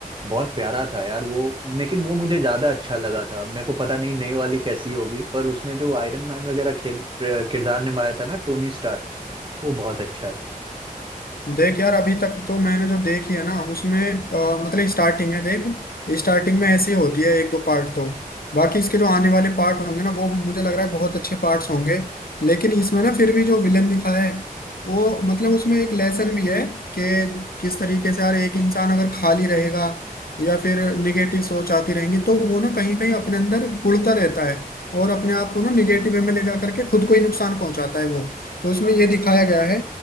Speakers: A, on the right (about 35°); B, on the left (about 80°).
A: बहुत प्यारा था यार वो लेकिन वो मुझे ज्यादा अच्छा लगा था मेरे को पता नहीं नई वाली कैसी होगी पर उसमें जो आयरन मैन वगैरह खेल किरदार निभाया था ना टोनी स्टार वो बहुत अच्छा है
B: देख यार अभी तक तो मैंने जो देखी है ना उसमें अ, मतलब स्टार्टिंग है देख स्टार्टिंग में ऐसी होती है एक दो पार्ट तो बाकी इसके जो आने वाले पार्ट होंगे ना वो मुझे लग रहा है बहुत अच्छे पार्ट्स होंगे लेकिन इसमें ना फिर भी जो विलन दिखाया है वो मतलब उसमें एक लेसन भी है कि किस तरीके से यार एक इंसान अगर खाली रहेगा या फिर निगेटिव सोच आती रहेंगी तो वो ना कहीं कहीं अपने अंदर उड़ता रहता है और अपने आप को ना निगेटिव में ले जा करके खुद को ही नुकसान पहुंचाता है वो तो उसमें ये दिखाया गया है